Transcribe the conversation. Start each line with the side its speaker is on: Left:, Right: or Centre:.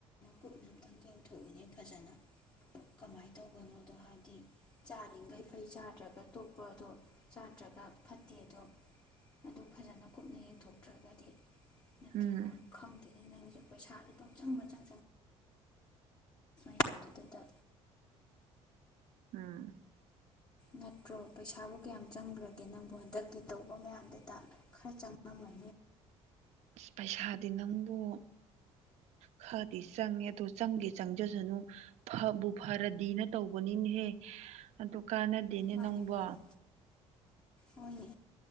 Left: ꯀꯨꯞꯅ ꯑꯝꯇꯪ ꯌꯦꯡꯊꯣꯛꯏꯅꯦ ꯐꯖꯅ ꯀꯃꯥꯏꯅ ꯇꯧꯕꯅꯣꯗꯣ ꯍꯥꯏꯗꯤ ꯆꯥꯔꯤꯈꯩ ꯐꯩ ꯆꯥꯗ꯭ꯔꯒ ꯇꯣꯛꯄ ꯑꯗꯣ ꯆꯥꯗ꯭ꯔꯒ ꯐꯠꯇꯦꯗꯣ ꯑꯗꯨ ꯐꯖꯅ ꯀꯨꯞꯅ ꯌꯦꯡꯊꯣꯛꯇ꯭ꯔꯒꯗꯤ ꯅꯠꯇ꯭ꯔꯒ
Right: ꯎꯝ
Left: ꯈꯪꯗꯦꯅꯦ ꯅꯪꯒꯤꯁꯨ ꯄꯩꯁꯥꯗꯤ ꯄꯪꯆꯪꯗ ꯆꯪ ꯃꯌꯥꯝꯗꯨꯗꯇ
Right: ꯎꯝ
Left: ꯅꯠꯇ꯭ꯔꯣ ꯄꯩꯁꯥꯕꯨ ꯀꯌꯥꯝ ꯆꯪꯈ꯭ꯔꯒꯦ ꯅꯪꯕꯨ ꯍꯟꯗꯛꯀꯤ ꯇꯧꯕꯗꯨꯗꯥ ꯃꯌꯥꯝꯕꯨꯗꯤ ꯈꯔ ꯆꯪꯉꯝꯃꯅꯤ
Right: ꯑ ꯄꯩꯁꯥꯗꯤ ꯅꯪꯕꯨ ꯈꯔꯗꯤ ꯆꯪꯉꯦ ꯑꯗꯨ ꯆꯪꯒꯦ ꯆꯪꯖꯁꯅꯨ ꯐꯕꯨ ꯐꯔꯗꯤꯅ ꯇꯧꯕꯅꯤꯅꯦꯍꯦ ꯑꯗꯨ ꯀꯥꯟꯅꯗꯦꯅꯦ
Left: ꯃꯥꯅꯤ
Right: ꯅꯪꯕꯣ
Left: ꯃꯥꯅꯤ ꯍꯣꯏꯅꯦ